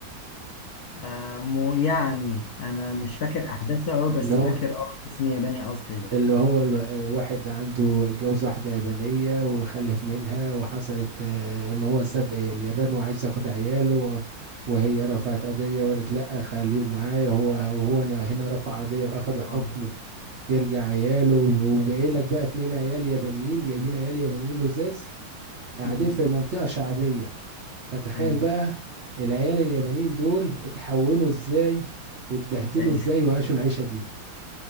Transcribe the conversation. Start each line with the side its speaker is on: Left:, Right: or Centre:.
Left: آه، مو يعني انا مش فاكر احداثه قوي بس
Right: اللي هو
Left: فاكر اه اسم ياباني اصلي ده
Right: اللي هو ال- الواحد عنده اتجوز واحدة يابانية وخلف منها وحصلت آه، ان هو ساب اليابان وعايز ياخد عياله و- وهي رفعت قضية وقالت لا خليهم معايا هو وهو هنا هنا رفع قضية واخدوا حكم
Left: اه
Right: يرجع عياله وباين لك بقى اتنين عيال يابانيين جايبين عيال يابانيين لزاز قاعدين
Left: مم.
Right: في منطقة شعبية فتخيل
Left: ايوه
Right: بقى العيال اليابانيين دول اتحولوا ازاي واتبهدلوا
Left: ايوه
Right: ازاي وعاشوا العيشة دي